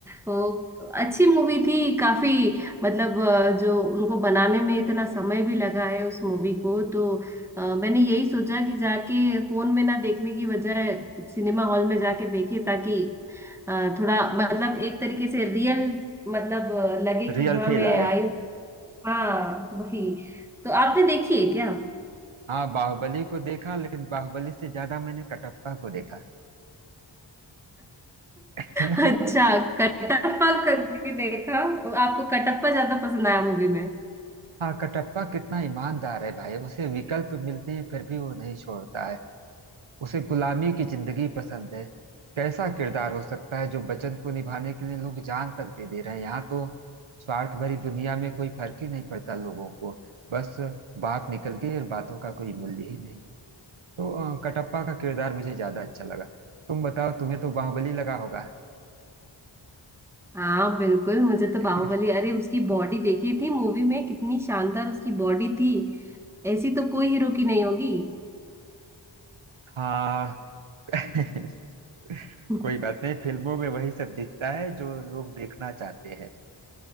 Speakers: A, in the centre; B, on the right (about 80°).
A: वो अच्छी मूवी थी काफी मतलब अ, जो उनको बनाने में इतना समय भी लगा है उस मूवी को तो अ, मैंने यही सोचा कि जाके फोन में ना देखने की बजाय सिनेमा हॉल में जाके देखे ताकि अ, थोड़ा मतलब एक तरीके से रियल मतलब अ, लगे
B: रियल
A: कि हाँ
B: फील
A: मैं
B: आए
A: आई हूँ हाँ वही तो आपने देखी है क्या
B: हाँ बाहुबली को देखा लेकिन बाहुबली से ज्यादा मैंने कटप्पा को देखा <laughs>
A: अच्छा कटप्पा कभी देखा आपको कटप्पा ज्यादा पसंद आया मूवी में
B: हाँ कटप्पा कितना ईमानदार है भाई उसे विकल्प मिलते हैं फिर भी वो नहीं छोड़ता है उसे गुलामी की जिंदगी पसंद है कैसा किरदार हो सकता है जो वचन को निभाने के लिए लोग जान तक दे दे रहे हैं यहाँ तो स्वार्थ भरी दुनिया में कोई फर्क ही नहीं पड़ता लोगों को बस बात निकल गई और बातों का कोई मूल्य ही नहीं तो अ, कटप्पा का किरदार मुझे ज्यादा अच्छा लगा तुम बताओ तुम्हें तो बाहुबली लगा होगा
A: हाँ बिल्कुल मुझे तो
B: <laughs>
A: बाहुबली अरे उसकी बॉडी देखी थी मूवी में कितनी शानदार उसकी बॉडी थी ऐसी तो कोई हीरो की नहीं होगी
B: हाँ <laughs>
A: <laughs>
B: कोई बात नहीं फिल्मों में वही सब दिखता है जो लोग देखना चाहते हैं